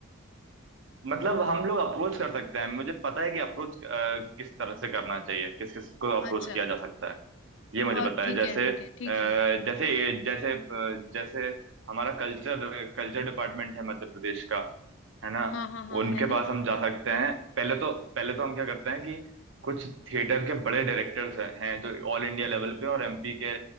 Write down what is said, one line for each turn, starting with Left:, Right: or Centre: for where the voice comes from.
Right: मतलब हम लोग अप्रोच कर सकते हैं मुझे पता है कि अप्रोच किस तरह से करना चाहिए किस किस को अप्रोच
Left: अच्छा
Right: किया जा सकता है ये मुझे
Left: और
Right: पता है
Left: ठीक
Right: जैसे
Left: है ठीक
Right: अ,
Left: है ठीक है
Right: जैसे ये जैसे अ, जैसे हमारा कल्चर कल्चर डिपार्टमेंट है मध्य प्रदेश का है ना
Left: हाँ हाँ हाँ
Right: उनके
Left: है ना
Right: पास हम जा सकते हैं पहले तो पहले तो हम क्या करते हैं कि कुछ थिएटर के बड़े डायरेक्टर्स हैं जो ऑल इंडिया लेवल पे और एमपी के